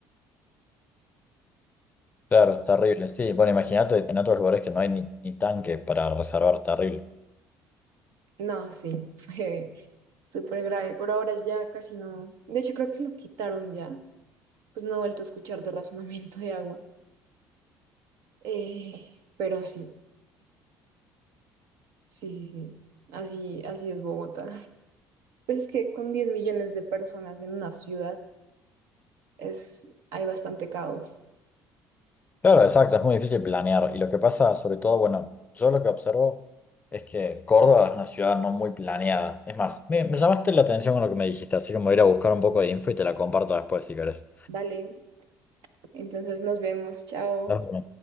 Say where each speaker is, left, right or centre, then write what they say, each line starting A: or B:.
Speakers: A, on the left; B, on the right.
A: Claro, terrible. Sí, bueno, imagínate en otros lugares que no hay ni, ni tanque para reservar, terrible.
B: No, sí, <laughs> fue súper grave, pero ahora ya casi no. De hecho, creo que lo quitaron ya, pues no he vuelto a escuchar de razonamiento de agua. Eh, pero sí, sí, sí, sí, así, así es Bogotá. <laughs> Es que con 10 millones de personas en una ciudad es, hay bastante caos.
A: Claro, exacto, es muy difícil planear. Y lo que pasa, sobre todo, bueno, yo lo que observo es que Córdoba es una ciudad no muy planeada. Es más, me, me llamaste la atención con lo que me dijiste, así que me voy a ir a buscar un poco de info y te la comparto después si querés.
B: Dale, entonces nos vemos, chao.
A: Dale.